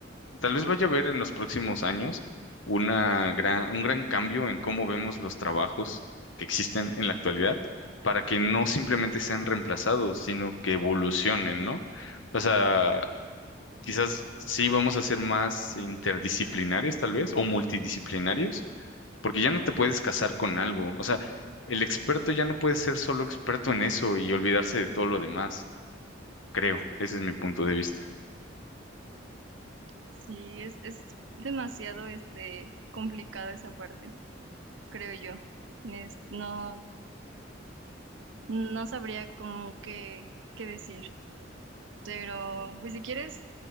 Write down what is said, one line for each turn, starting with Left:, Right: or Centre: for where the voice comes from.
Left: tal vez vaya a haber en los próximos años una gran, un gran cambio en cómo vemos los trabajos que existen en la actualidad para que no simplemente sean reemplazados, sino que evolucionen, ¿no? O sea, Quizás sí vamos a ser más interdisciplinarios, tal vez, o multidisciplinarios, porque ya no te puedes casar con algo. O sea, el experto ya no puede ser solo experto en eso y olvidarse de todo lo demás, creo. Ese es mi punto de vista.
Right: Sí, es, es demasiado este complicada esa parte, creo yo. Es- no, no sabría cómo qué, qué decir. Pero, pues si quieres,